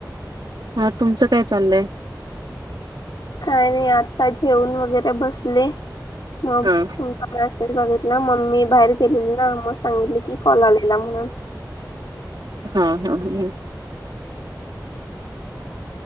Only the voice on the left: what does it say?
काय नाही आता जेवून वगैरे बसले मग
मासेच बघितलं मम्मी बाहेर गेलेली ना मग सांगितली की कॉल आलेला म्हणून